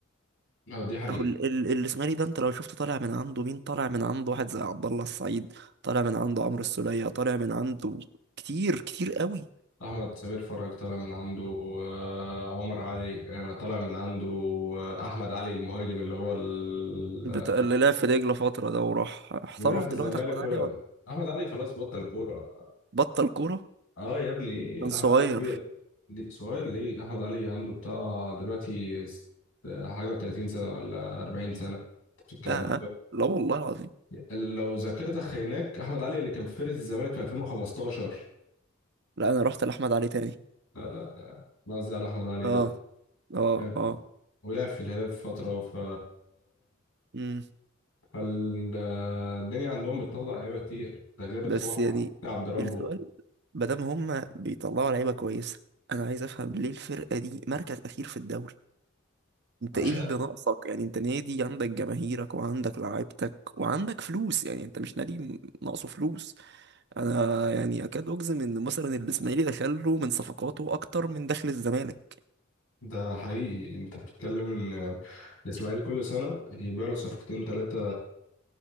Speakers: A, on the left; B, on the right.
A: أه، دي حقيقه
B: اهو ال- ال- الاسماعيلي ده انت لو شفت طالع من عنده مين طالع من عنده واحد زي عبد الله السعيد طالع من عنده عمرو السولية طالع من عنده كتير كتير قوي
A: احمد سمير فرج طالع من عنده آه، عمر علي آه، طالع من عنده آه، احمد علي المهاجم اللي هو ال...
B: بتاع اللي لعب في دجلة فترة ده وراح احترف
A: ولا في
B: دلوقتي
A: الزمالك
B: احمد علي
A: ولا...
B: ولا
A: احمد علي خلاص بطل كوره
B: بطل كورة
A: اه يا ابني
B: كان صغير
A: احمد علي كبير ليه- صغير ليه احمد علي عنده بتاع دلوقتي س- حاجه و30 سنه ولا 40 سنه أنت بتتكلم
B: اه آه. لا والله العظيم
A: لو ذاكرتك خيناك احمد علي اللي كان في فرقه الزمالك في 2015
B: لا انا رحت لاحمد علي تاني
A: لا لا لا قصدي على احمد علي
B: اه
A: ده
B: اه
A: مم.
B: اه
A: ولعب في الهلال في فتره ف
B: امم
A: فالدنيا عندهم بتطلع لعيبه كتير ده غير
B: بس
A: طبعا
B: يعني
A: عبد ربه
B: السؤال ما دام هما بيطلعوا لعيبة كويسة انا عايز افهم ليه الفرقة دي مركز اخير في الدوري انت
A: عشان
B: ايه اللي ناقصك يعني انت نادي عندك جماهيرك وعندك لعيبتك وعندك فلوس يعني انت مش نادي م- ناقصه فلوس انا يعني اكاد اجزم ان مثلا الاسماعيلي دخل له من صفقاته اكتر من دخل الزمالك
A: ده حقيقي انت بتتكلم ان الاسماعيلي كل سنه يبيع له صفقتين ثلاثه